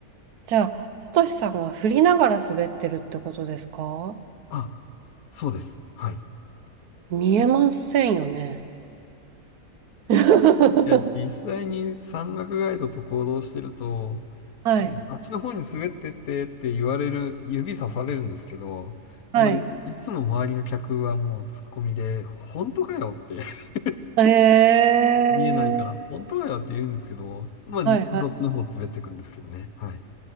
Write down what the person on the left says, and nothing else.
あ、そうです。はい。
いや、実際に山岳ガイドと行動してると、
ああっちの方に滑ってってって言われる、指さされるんですけど、
まあ、いつも周りの客はもうツッコミで、本当かよって <laughs>
見えないから、本当かよって言うんですけど、まあ実際そっちの方滑っていくんですけどね。
はい。